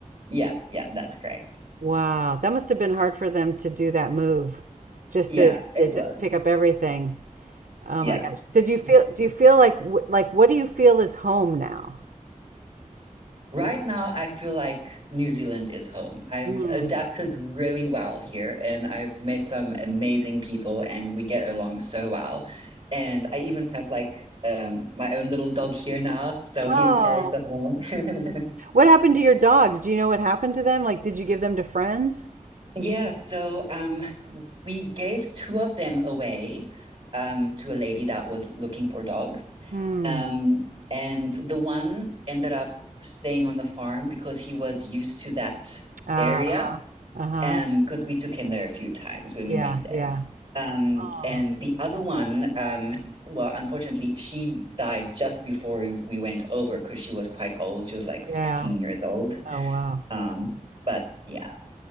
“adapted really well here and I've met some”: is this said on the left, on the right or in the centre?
Right